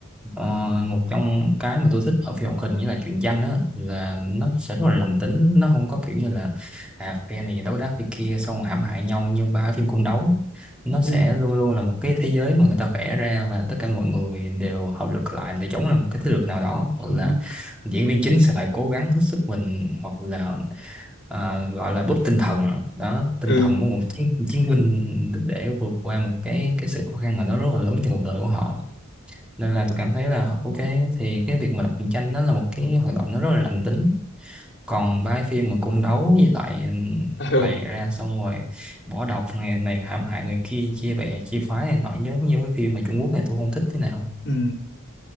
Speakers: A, in the centre; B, on the left.
A: Ờ, một trong cái mà tôi thích ở phim hoạt hình như là truyện tranh á là nó sẽ rất là lành tính nó không có kiểu như là à phe này đấu đá phe kia xong rồi hãm hại nhau nhưng ba phim cung đấu nó
B: ừ.
A: sẽ luôn luôn là một cái thế giới mà người ta vẽ ra và tất cả mọi người đều hợp lực lại để chống lại một cái thế lực nào đó hoặc
B: ừ
A: là diễn viên chính sẽ phải cố gắng hết sức mình hoặc là à, gọi là búp tinh thần đó tinh
B: ừ
A: thần
B: <laughs>
A: của một chiến chiến binh để vượt qua một cái cái sự khó khăn nào đó rất là lớn trong cuộc đời của họ nên là tôi cảm thấy là ok thì cái việc mà đọc truyện tranh nó là một cái hoạt động nó rất là lành tính còn ba cái phim mà cung đấu với lại
B: ừ
A: bày ra xong rồi bỏ độc người này hãm hại người kia chia bè chia phái này nọ giống như cái phim mà Trung Quốc này tôi không thích thế nào
B: ừ.